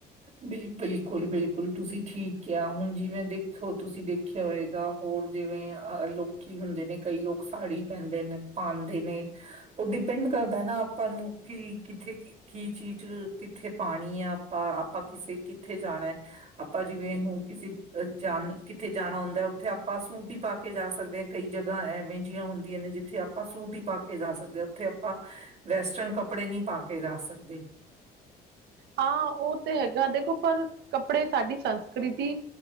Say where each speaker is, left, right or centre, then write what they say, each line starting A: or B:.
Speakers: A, on the right; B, on the right.
A: ਬਿਲ ਬਿਲਕੁਲ ਬਿਲਕੁਲ, ਤੁਸੀਂ ਠੀਕ ਕਿਹਾ ਹੁਨ ਜਿਵੇਂ ਦੇਖੋ ਤੁਸੀਂ ਦੇਖਿਆ ਹੋਏਗਾ ਹੋਰ ਜਿਵੇਂ ਅ ਲੋਕੀ ਹੁੰਦੇ ਨੇ, ਕਈ ਲੋਕ ਸਾੜੀ ਪੈਂਦੇ ਨੇ ਪਾਉਦੇ ਨੇ। ਉਹ ਡਿਪੈਂਡ ਕਰਦਾ ਹੈ ਨਾ ਆਪਾਂ ਨੂੰ, ਕਿ ਕਿੱਥੇ ਕੀ ਕੀ ਚੀਜ਼ ਕਿੱਥੇ ਪਾਣੀ ਆ, ਆਪਾਂ ਆਪਾਂ ਕਿਸੇ ਕਿੱਥੇ ਜਾਣਾ ਏ। ਆਪਾਂ ਜਿਵੇਂ ਹੁਨ, ਕਿਸੇ ਜਾਨ ਕਿਥੇ ਜਾਨਾ ਹੁੰਦਾ ਓਥੇ ਆਪਾਂ ਸੂਟ ਈ ਪਾ ਕੇ ਜਾ ਸਕਦੇ। ਕਈ ਜਗਾਹ ਐਵੇ ਜਿਹੀਆਂ ਹੁੰਦੀਆਂ ਨੇ, ਜਿੱਥੇ ਆਪਾਂ ਸੂਟ ਹੀ ਪਾ ਕੇ ਜਾ ਸਕਦੇ ਆ ਓਥੇ ਆਪਾਂ ਵੈਸਟਰਨ ਕੱਪੜੇ ਨਹੀਂ ਪਾ ਕੇ ਜਾ ਸਕਦੇ।
B: ਹਾਂ ਓਹ ਤੇ ਹੈਗਾ ਦੇਖੋ ਪਰ, ਕੱਪੜੇ ਸਾਡੀ ਸੰਸਕ੍ਰਿਤੀ